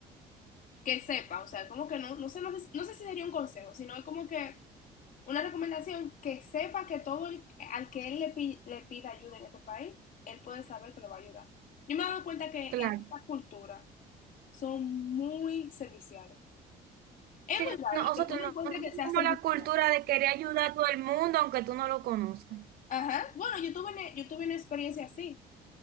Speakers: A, on the left (about 50°); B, on the right (about 65°).
A: que sepa, o sea, como que no, no sé, no sé, no sé si sería un consejo, sino como que Una recomendación, que sepa que todo el, al que él le, pi- le pida ayuda en este país, él puede saber que lo va a ayudar. Yo me he dado cuenta que
B: Claro.
A: en esta cultura son muy serviciales. Es
B: Sí,
A: muy raro
B: no, nosotros
A: el que tú no
B: no
A: encuentres
B: no
A: que
B: tenemos
A: sea servicial.
B: la cultura de querer ayudar a todo el mundo, aunque tú no lo conozcas.
A: Ajá. Bueno, yo tuve, una- yo tuve una experiencia así.